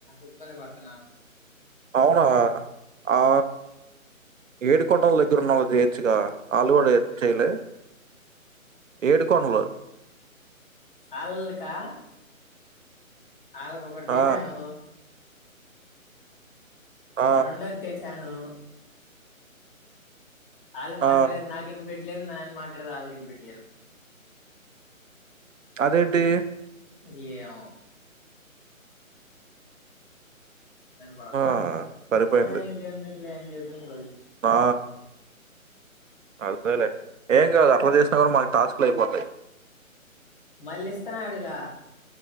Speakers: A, on the left; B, on the right.
A: ఇబ్బంది పడుతున్నా
B: అవునా ఆ ఏడు కొండల దగ్గర ఉన్నవుజేచుగా ఆల్లుగూడ యె చేయాలె ఏడు కొండలు
A: ఆల్ల్ కా ఆళ్ళగొకటి
B: ఆ!
A: జేసాను
B: ఆ!
A: అ రెండు వస్తే చాను అళు మాట్లాడేది
B: ఆ!
A: నాకు వినిపిట ఇట్లేదు నేను మాట్లాడే ఆల్లకి వినిపిట్లేదు
B: అదేంటి
A: ఏయో నను కోట్లా
B: ఆ! సరిపోయింది.
A: సరే ఇకేంది నేను చెప్పింది
B: ఆ అదేలే ఏం కాదు అట్లా చేసినా కూడా మాకు టాస్క్లు అయిపోతాయి
A: మళ్ళీ ఇస్త నడుగా